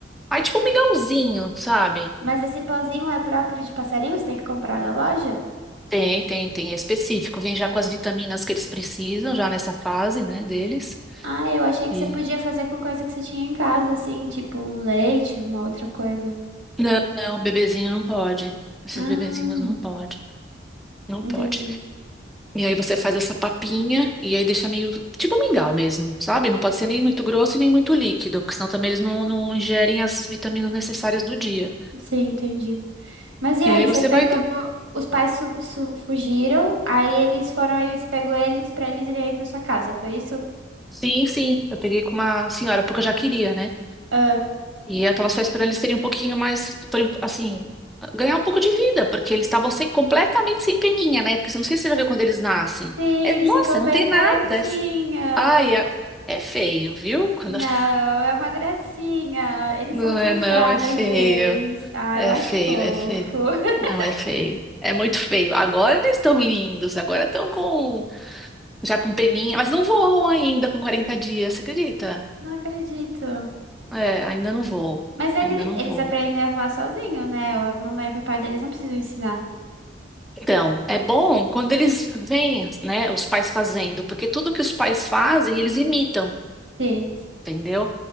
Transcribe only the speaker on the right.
Mas esse pozinho é próprio de passarinho? Você tem que comprar na loja?
Ah, eu achei que
você podia fazer com coisa que você tinha em casa, assim, tipo um leite, uma outra coisa.
Ah,
entendi.
Sim, entendi. Mas e
aí,
você pegou.
Os pais su- su- fugiram, aí eles foram aí, você pegou eles pra eles irem aí pra sua casa, foi isso?
Ah.
Sim,
eles
ficam
bem
carequinhas.
Não,
é uma gracinha. Eles
são tão
frágeis.
Ah,
eu acho
fofo.
<laughs>
Não acredito.
Mas ele-
eles
aprendem a voar sozinho, né? A mamãe e o papai deles não precisam ensinar.
Sim,